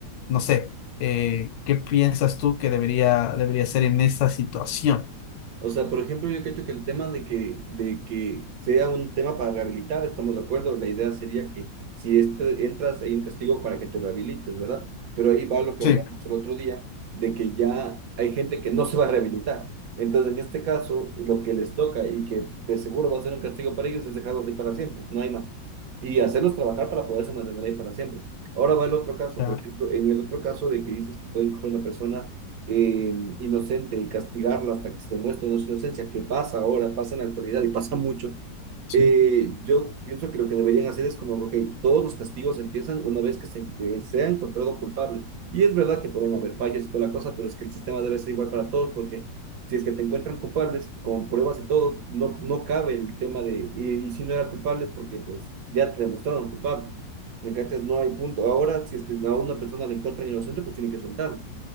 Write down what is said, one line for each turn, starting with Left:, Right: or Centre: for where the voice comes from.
Left: no sé, eh, ¿qué piensas tú que debería, debería ser en esta situación?
Right: O sea, por ejemplo, yo creo que el tema de que, de que sea un tema para rehabilitar, estamos de acuerdo, la idea sería que si este- entras hay un castigo para que te rehabilites, ¿verdad? Pero ahí va lo que
Left: Sí,
Right: hablamos el otro día, de que ya hay gente que no se va a rehabilitar. Entonces, en este caso, lo que les toca y que de seguro va a ser un castigo para ellos es dejarlos ahí para siempre, no hay más. Y hacerlos trabajar para poderse mantener ahí para siempre. Ahora va el otro caso,
Left: claro,
Right: por ejemplo, en el otro caso de que dices que pueden coger una persona eh, inocente y castigarla hasta que se demuestre no su inocencia, que pasa ahora, pasa en la actualidad y pasa mucho,
Left: sí,
Right: eh, yo pienso que lo que deberían hacer es como, ok, todos los castigos empiezan una vez que se, eh, se ha encontrado culpable. Y es verdad que pueden haber fallas y toda la cosa, pero es que el sistema debe ser igual para todos porque si es que te encuentran culpables, con pruebas y todo, no, no cabe el tema de, y, y si no era culpable, porque pues ya te demostraron culpable. ¿Me cachas? No hay punto. Ahora, si es que a una persona le encuentran inocente, pues tienen que soltar